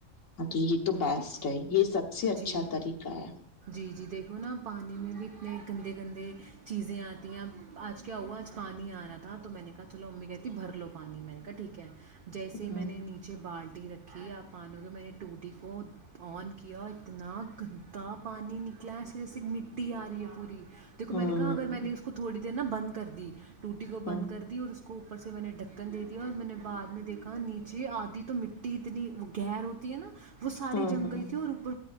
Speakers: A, on the left (about 65°); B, on the right (about 50°).
A: ہاں تو یہ تو بیسٹ
B: کہ
A: ہے یہ سب سے
B: جی
A: اچھا طریقہ کیا <inaudible>
B: جی جی دیکھو نا پانی میں بھی اتنے گندے گندے چیزیں آتی ہیں اب آج کیا ہوا آج پانی آ رہا تھا تو میں نے کہا چلو امی کہتی بھر لو پانی میں نے کہا ٹھیک ہے جیسے
A: ہ
B: میں نے نیچے بالٹی رکھی آپ پانو کے میں نے ٹو ڈٹی کو آن کیا اتنا <inaudible> گندا پانی نکلاے اس جیسے مٹی آ رہی ہے پوری <inaudible> دیکو میں
A: ہ
B: نے کہ اگر میں نے اس کو تھوڑی نا بند کر دی ٹوٹی کو
A: ہ
B: بند کر دی اور اس کو اوپر سے میں نے ڈھکن دے دیا اور میں نے بعد میں دھا نیچے آدھی تو مٹی اتنی گہر ہوتی ہے نا وہ ساری
A: ہ
B: جنگ گئی
A: ہ
B: تھی اور اوپر